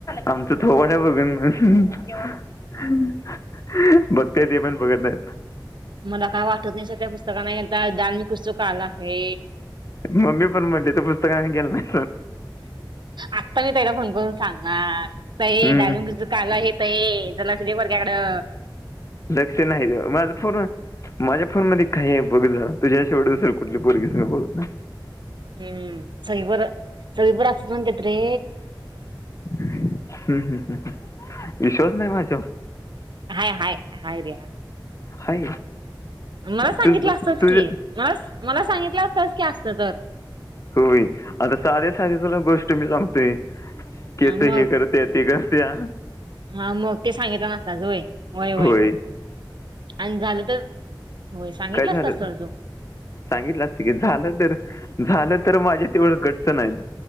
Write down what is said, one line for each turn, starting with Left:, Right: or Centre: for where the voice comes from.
Left: आमचं थोबाड घ्या बघून.. हम्म... व्यवस्थित ए ह.. बघते ते पण बघत नाय
Right: मला काय वाटत नाही सध्या पुस्तकाने एक <unintelligible> पुस्तक <unintelligible>
Left: मम्मी पण म्हणली तू पुस्तक आणायला गेलता ना
Right: आता मी ताईला फोन करून सांगणार... ताये
Left: हम्म
Right: डाल कुछ तो काला है ताये जरा लक्ष दे पोरग्याकडं
Left: लक्ष नाही गं माझं पूर्ण माझ्या फोन मध्ये काही आहे बघ जरा... तुझ्या शिवाय दुसऱ्या कुठल्या पोरीसंग बोलत नाय
Right: हम्म सगळी पोरं... सगळी पोरं असंच म्हणत्यात रे
Left: हम्म... विश्वास नाही माझ्यावर
Right: हाय हाय.. हाय रे हाय
Left: हाय
Right: मला
Left: तुझ
Right: सांगितलं असतंच
Left: तुझ्या
Right: की... मग मला सांगितलं असतच की... असतं तर
Left: होय आता साध्या साध्या तुला गोष्ट मी सांगतोय केस
Right: हा, मग
Left: हे करत्या ते करत्या
Right: हा मग ते सांगितलं नसतास व्हय.. व्हय व्हय...
Left: होय
Right: अन झालं तर होय सांगितला
Left: काय झालं
Right: असतास तर तू
Left: सांगितलं असते की झालं तर... झालं तर माझ्यात तेवढं गट्स नाहीत